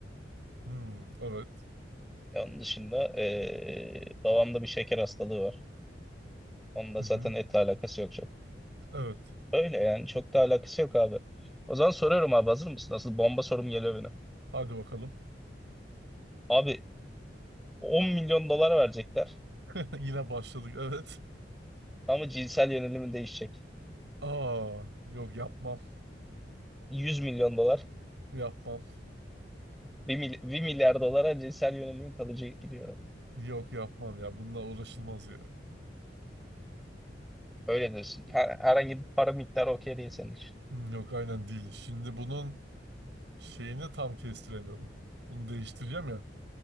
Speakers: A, on the right; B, in the centre.
A: Hmm, evet.
B: E, Onun dışında e, babamda bir şeker hastalığı var. Onun da
A: Hı
B: zaten
A: hı,
B: etle alakası yok çok.
A: evet.
B: Öyle yani çok da alakası yok abi. O zaman soruyorum abi hazır mısın? Nasıl bomba sorum geliyor benim.
A: Hadi bakalım.
B: Abi 10 milyon dolar verecekler
A: <laughs> Yine başladık. Evet.
B: ama cinsel yönelimi değişecek.
A: Aa, yok yapmam.
B: 100 milyon dolar.
A: Yapmam.
B: bir mil- 1 milyar dolara cinsel yönelimin kalıcı gidiyor abi.
A: Yok yapmam ya. Bununla uğraşılmaz ya.
B: Öyle diyorsun. Her- herhangi bir para miktarı okey değil senin için.
A: Hmm, Yok aynen değil. Şimdi bunun şeyini tam kestiremiyorum. Bunu değiştireceğim ya.